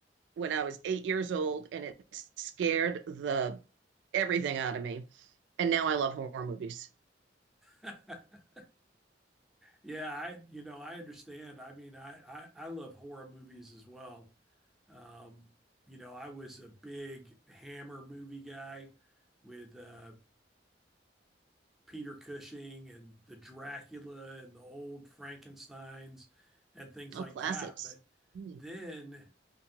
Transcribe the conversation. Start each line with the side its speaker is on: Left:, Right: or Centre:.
Right: when I was eight years old and it scared the everything out of me. And now I love horror movies.
Centre: <laughs> Yeah, I you know, I understand. I mean, I I, I love horror movies as well. Um, you know, I was a big Hammer movie guy with uh Peter Cushing and the Dracula and the old Frankensteins and things
Right: Oh,
Centre: like
Right: classics.
Centre: that. But
Right: Hmm.
Centre: then